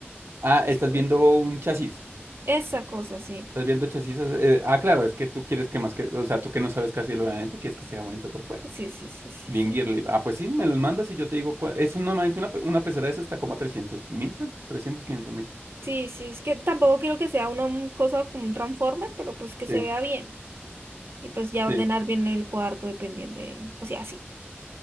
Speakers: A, on the right; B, on the right.
A: Ah,
B: Pues,
A: estás
B: pues,
A: viendo un chasis.
B: esa cosa, sí.
A: Estás viendo chasis. eh, ah, claro, es que tú quieres que más que, o sea, tú que no sabes casi lo de adentro, quieres que sea bonito por fuera.
B: Sí, sí, sí, sí,
A: Bien,
B: sí.
A: Girly. Ah, pues sí, me los mandas y yo te digo, cuál- es un- normalmente una, pe- una pecera de esas está como a 300 mil pesos, 300 500 mil.
B: Sí, sí, es que tampoco quiero que sea una mm, cosa como un Transformer, pero pues que se
A: Sí,
B: vea bien. Y pues ya
A: sí.
B: ordenar bien el cuarto dependiendo de... O sea, sí.